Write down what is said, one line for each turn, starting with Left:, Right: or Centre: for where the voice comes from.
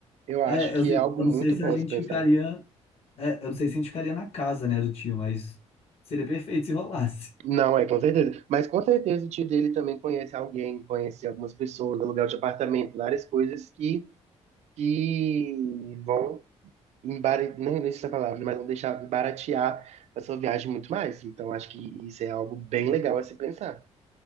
Right: Eu acho
Left: É,
Right: que
Left: eu, sei-
Right: é algo
Left: eu não
Right: muito
Left: sei se
Right: bom
Left: a gente
Right: a se pensar.
Left: ficaria. é, eu não sei se a gente ficaria na casa, né, do tio, mas seria perfeito se rolasse.
Right: Não, é, com certeza. Mas com certeza o tio dele também conhece alguém, conhece algumas pessoas, aluguel de apartamento, várias coisas que, que vão embaratear, não sei essa palavra, mas vão deixar baratear a sua viagem muito mais. Então acho que isso é algo bem legal a se pensar.